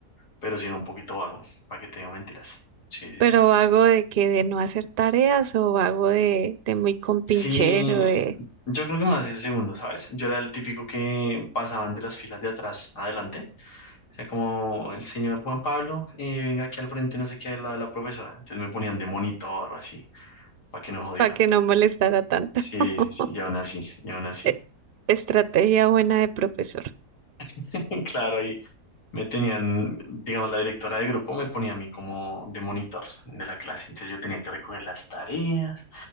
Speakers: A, on the left; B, on the right.
A: Pero sí era un poquito vago, para que te digo mentiras. Sí, sí,
B: Pero
A: sí.
B: vago de que de no hacer tareas o vago de, de muy compinchero,
A: Sí,
B: de
A: yo creo que más el segundo, ¿sabes? Yo era el típico que pasaban de las filas de atrás adelante sea, como el señor Juan Pablo, eh, venga aquí al frente, no sé qué, al lado de la profesora. Entonces me ponían de monitor o así, para que no jodieran.
B: para que no molestara tanto.
A: Sí,
B: <laughs>
A: sí, sí, y aún así, y aún así.
B: E- Estrategia buena de profesor.
A: <laughs> Claro, ahí me tenían, digamos, la directora de grupo me ponía a mí como de monitor de la clase. Entonces yo tenía que recoger las tareas,